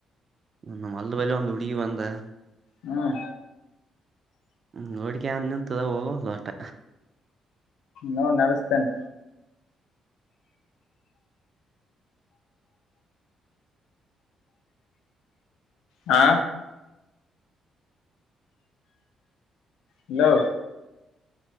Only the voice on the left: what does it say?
ಹ್ಮ್
ನೋಡ್ ನಡಸ್ತೇನ್ ಹಾ ಹಲೋ